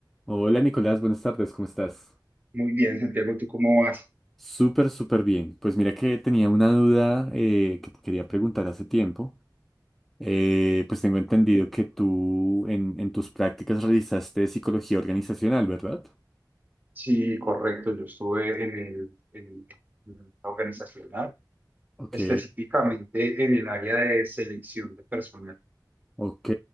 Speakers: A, in the centre; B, on the right (about 25°).
A: Hola Nicolás, buenas tardes, ¿cómo estás?
B: Muy bien, Santiago, ¿tú cómo vas?
A: Súper, súper bien. Pues mira que tenía una duda eh, que te quería preguntar hace tiempo. Eh, pues tengo entendido que tú en, en tus prácticas realizaste psicología organizacional, ¿verdad?
B: Sí, correcto. Yo estuve en el, en el- en el organizacional,
A: Ok,
B: específicamente en el área de selección de personal.
A: ok.